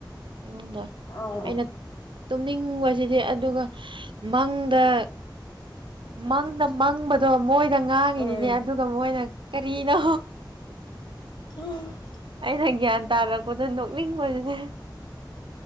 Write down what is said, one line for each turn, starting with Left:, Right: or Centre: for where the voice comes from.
Right: ꯑꯩꯉꯣꯟꯗ
Left: ꯑꯧ
Right: ꯑꯩꯅ ꯇꯨꯝꯅꯤꯡꯕꯖꯤꯗꯤ ꯑꯗꯨꯒ ꯃꯪꯗ ꯃꯪꯗ ꯃꯪꯕꯗꯣ ꯃꯣꯏꯗ ꯉꯥꯡꯉꯤꯅꯤꯅꯦ
Left: ꯎꯝ
Right: ꯑꯗꯨꯒ ꯃꯣꯏꯅ ꯀꯔꯤꯅꯣ
Left: <unintelligible>
Right: ꯑꯩꯅ ꯒ꯭ꯌꯥꯟ ꯇꯥꯔꯛꯄꯗ ꯅꯣꯛꯅꯤꯡꯕꯖꯤꯗꯤ